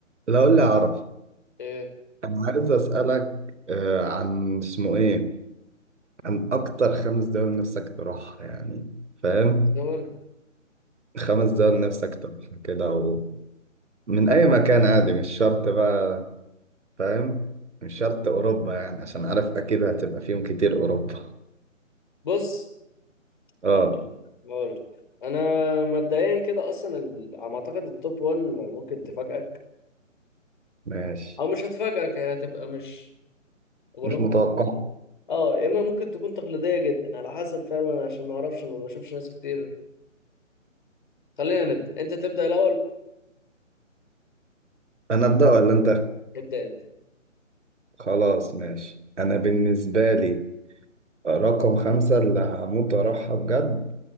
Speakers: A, on the right; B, on the left.
A: لا قول لي اعرف
B: إيه،
A: انا عايز اسالك آه، عن اسمه ايه عن اكتر خمس دول نفسك تروحها يعني فاهم
B: ترابيزون
A: خمس دول
B: آه،
A: نفسك تروحها كده و... من اي مكان عادي مش شرط بقى فاهم مش شرط اوروبا يعني عشان عارف اكيد هتبقى فيهم كتير اوروبا
B: بص
A: <laughs> اه
B: هقول هقول. انا مبدئيا كده اصلا ال- على ما اعتقد التوب 1 ممكن تفاجئك
A: ماشي
B: او مش هتفاجئك هي هتبقى مش ولا
A: مش
B: ممكن
A: متوقع
B: تكون اه يا اما ممكن تكون تقليديه جدا على حسب فعلا عشان ما اعرفش ما بشوفش ناس كتير خلينا نبدا انت تبدا الاول
A: انا ابدا ولا انت
B: ابدا انت
A: خلاص ماشي انا بالنسبه لي رقم خمسة اللي هموت واروحها بجد